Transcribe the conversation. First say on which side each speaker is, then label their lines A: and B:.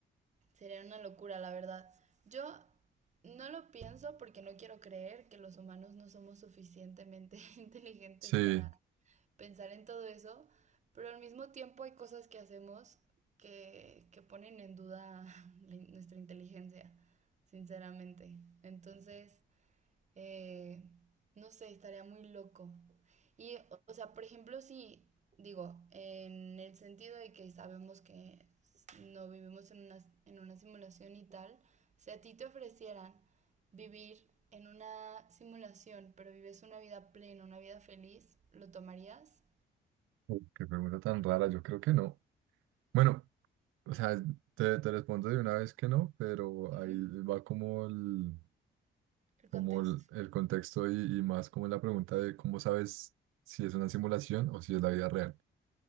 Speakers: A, on the right; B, on the right.
A: Sería una locura, la verdad. Yo no lo pienso porque no quiero creer que los humanos no somos suficientemente <laughs> inteligentes
B: sí.
A: para pensar en todo eso, pero al mismo tiempo hay cosas que hacemos que, que ponen en duda <laughs> la in- nuestra inteligencia, sinceramente. Entonces, eh, no sé, estaría muy loco. Y, o o sea, por ejemplo, si digo, en el sentido de que sabemos que s- no vivimos en una, en una simulación y tal, si a ti te ofrecieran vivir en una simulación, pero vives una vida plena, una vida feliz, ¿lo tomarías?
B: Uy, qué pregunta tan rara, yo creo que no. Bueno, O sea, te, te respondo de una vez que no, pero
A: Ujú.
B: ahí va como el,
A: El
B: como
A: contexto.
B: el, el contexto y, y más como la pregunta de cómo sabes si es una simulación o si es la vida real.